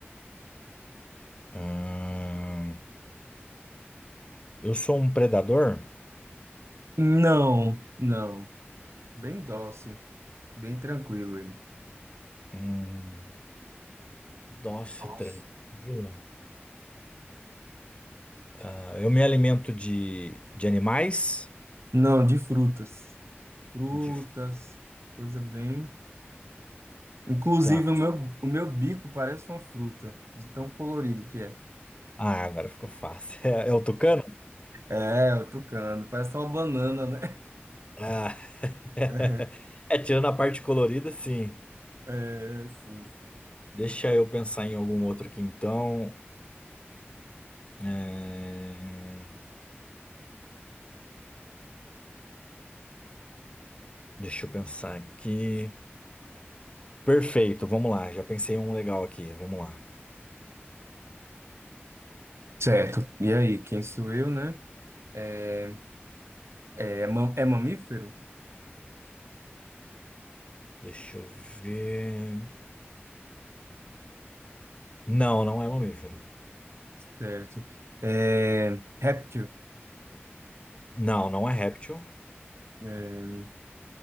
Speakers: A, on the left (about 25°); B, on the right (about 85°).
A: Ah, eu sou um predador?
B: Não, não. Bem dócil. Bem tranquilo ele.
A: Hum. Nossa,
B: Nossa.
A: tranquilo. Ah, eu me alimento de, de animais.
B: Não, de frutas. Frutas,
A: De,
B: coisa bem. Inclusive,
A: tá.
B: o meu, o meu bico parece uma fruta, de tão colorido que é.
A: Ah, agora ficou fácil. <laughs> É, é o tucano?
B: É, o tucano, parece uma banana, né?
A: Ah. <laughs>
B: <laughs>
A: É, tirando a parte colorida, sim.
B: É, sim. sim.
A: Deixa eu pensar em algum outro aqui, então. É, Deixa eu pensar aqui. Perfeito, vamos lá. Já pensei em um legal aqui. Vamos lá.
B: Certo. E aí, quem sou eu, né? É, é, é mam- é mamífero?
A: Deixa eu ver. Não, não é mamífero.
B: Certo. É, réptil?
A: Não, não é réptil.
B: É,